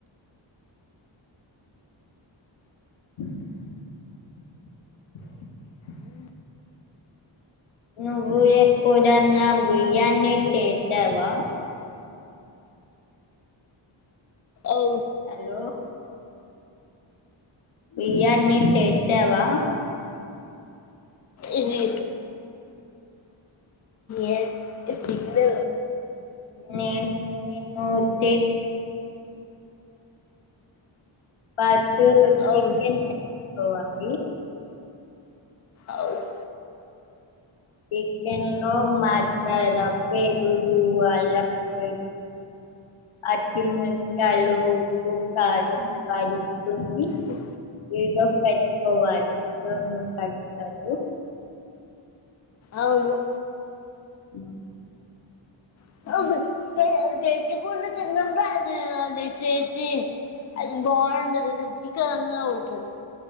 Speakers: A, on the left; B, on the left.
A: అ
B: ఉ
A: నువ్వు ఎప్పుడన్న బియ్యాన్ని తేట్టావా
B: ఓవు
A: హలో బిర్యానీ తెట్టావా
B: ఇవి ఏను <unintelligible> ఎప్పటికితే
A: నేను నేను తే పా <unintelligible>
B: అవును అవును
A: చికెన్ లో మచలా పెరుగు అల్ల పెట్ పచ్చిమెర్పకాయలు ఉప్పు కాడం పడుతుంది
B: హ్
A: వడో పెట్టుకోవాలి నన్ను తంతడు
B: అవును
A: ఉ
B: <unintelligible> అది బాండది రుచికరంగ ఉంటది